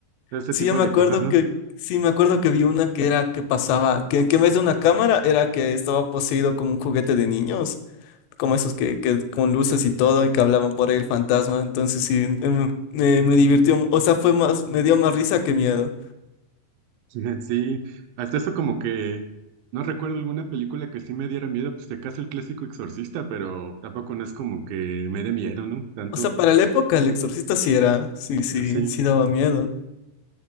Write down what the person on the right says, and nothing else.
todo ese
tipo
de
cosas, ¿no?
<laughs> Sí, hasta eso como que no recuerdo alguna película que sí me diera miedo, pues de caso el clásico Exorcista, pero tampoco no es como que me dé miedo, ¿no? Tanto,
sí.